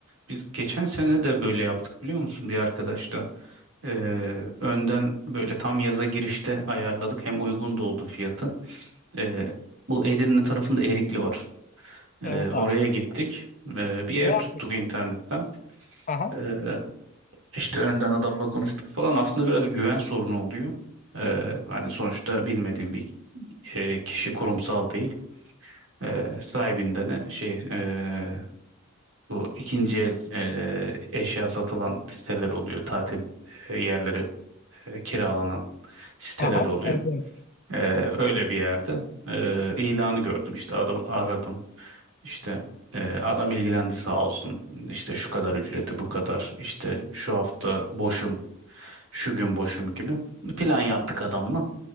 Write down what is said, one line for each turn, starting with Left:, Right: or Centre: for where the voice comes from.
Right: Biz geçen sene de böyle yaptık biliyor musun bir arkadaşla. Eee, önden böyle tam yaza girişte ayarladık. Hem uygun da oldu fiyatı. Eee, bu Edirne tarafında Erikli var. Eee,
Left: Evet
Right: oraya
Left: abi.
Right: gittik. Eee, bir ev
Left: Ne yapmıştınız?
Right: tuttuk internetten.
Left: Aha,
Right: Eee işte önden adamla konuştuk falan. Aslında biraz güven sorunu oluyor. Eee, hani sonuçta bilmediğim bir eee, kişi kurumsal değil. Ee, sahibinden de şey ee, bu ikinci el ee, eşya satılan siteler oluyor. Tatil e, yerleri e, kiralanan siteler
Left: aha.
Right: oluyor.
Left: Evet, evet.
Right: Ee, öyle bir yerde ee, ilanı gördüm işte adam aradım. işte e, adam ilgilendi sağ olsun. işte şu kadar ücreti bu kadar. işte şu hafta boşum. Şu gün boşum gibi. Plan yaptık adamla.